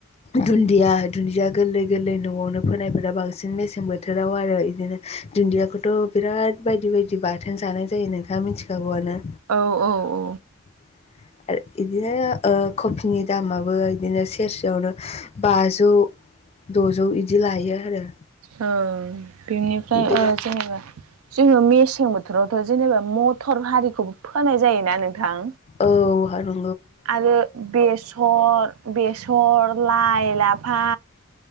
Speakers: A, on the left; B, on the right.
A: दुनजिया -दुन्जिया गोरलै गोरलै न'आवनो फोनायफोरा बांसिन- बांसिन मेसें बोथोराव आरो बिदिनो दुन्दियाखौथ' बिराद बायदि- बायदि बाथोन जानाय जायो नोंथां। मिथिखागौवानो
B: औ औ औ।
A: <inaudible> आरो बिदिनो कफिनि दामाबो बिदिनो सेरसेयावनो बाजौ द'जौ बिदि लायो आरो
B: बेनिफ्राय
A: बिराद
B: ओ जेनेबा जोङो मिस मसें बोथोरावथ' जेनेबा मथर हारिखौबो फोनाय जायोना नोंथां?
A: औ आरो
B: आरो बेसर बेसर लाइ लाफा